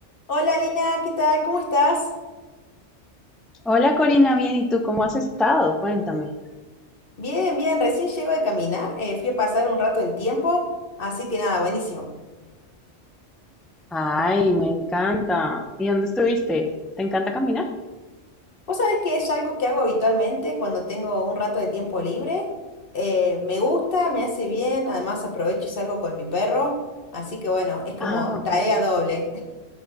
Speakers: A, on the left; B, in the centre.
A: Hola Lina, ¿qué tal? ¿Cómo estás?
B: Hola Corina, bien, ¿y tú cómo has estado? Cuéntame.
A: Bien, bien, recién llego de caminar, eh, fui a pasar un rato el tiempo, así que nada, buenísimo.
B: Ay, me encanta. ¿Y dónde estuviste? ¿Te encanta caminar?
A: Vos sabés que es algo que hago habitualmente cuando tengo un rato de tiempo libre, eh, me gusta, me hace bien, además aprovecho y salgo con mi perro, así que bueno, es como
B: Ah, ok.
A: tarea doble,